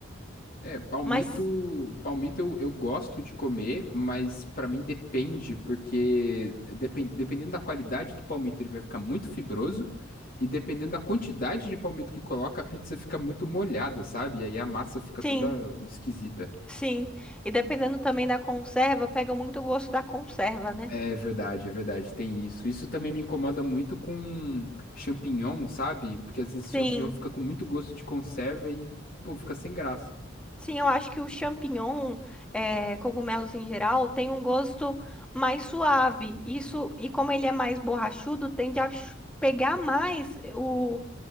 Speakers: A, on the left; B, in the centre.
A: É, palmito,
B: Mas
A: palmito eu, eu gosto de comer, mas pra mim depende, porque depen- dependendo da qualidade do palmito, ele vai ficar muito fibroso, e dependendo da quantidade de palmito que coloca, a pizza fica muito molhada, sabe? E aí a massa fica
B: sim,
A: toda esquisita.
B: sim. E dependendo também da conserva, pega muito o gosto da conserva, né?
A: É verdade, é verdade, tem isso. Isso também me incomoda muito com champignon, sabe? Porque às vezes champignon
B: Sim,
A: fica com muito gosto de conserva e, pô, fica sem graça.
B: sim, eu acho que o champignon, é, cogumelos em geral, tem um gosto mais suave. Isso, e como ele é mais borrachudo, tende a ch- pegar mais o